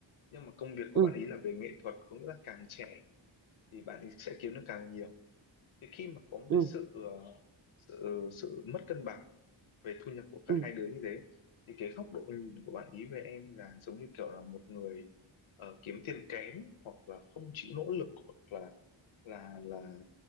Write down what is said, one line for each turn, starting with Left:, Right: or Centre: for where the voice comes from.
Left: nhưng mà công việc của
Right: ừ
Left: bạn ý là về nghệ thuật có nghĩa là càng trẻ thì bạn ý sẽ kiếm được càng nhiều thì khi mà có một
Right: ừ
Left: cái sự ờ, sự sự mất cân bằng về thu nhập của cả
Right: ừ
Left: hai đứa như thế thì cái góc độ nhìn của bạn ý về em là giống như kiểu là một người ờ, kiếm tiền kém hoặc là không chịu nỗ lực hoặc là là là